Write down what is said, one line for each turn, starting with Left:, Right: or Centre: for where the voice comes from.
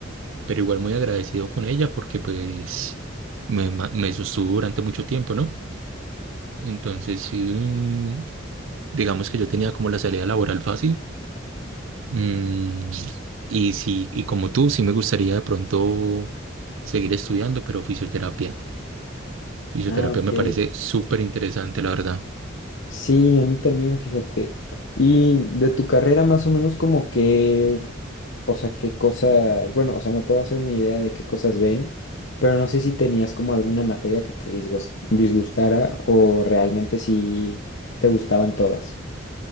Right: pero igual muy agradecido con ella porque pues me, ma- me sostuvo durante mucho tiempo, ¿no? Entonces, sí, mm, digamos que yo tenía como la salida laboral fácil. Mm, y sí, y como tú, sí me gustaría de pronto seguir estudiando, pero fisioterapia. Fisioterapia
Left: Ah, ok.
Right: me parece súper interesante, la verdad.
Left: Sí, a mí también, fíjate. Y de tu carrera más o menos como que o sea, qué cosas, bueno, o sea, me puedo hacer una idea de qué cosas ven, pero no sé si tenías como alguna materia que te disgust- disgustara o realmente si te gustaban todas.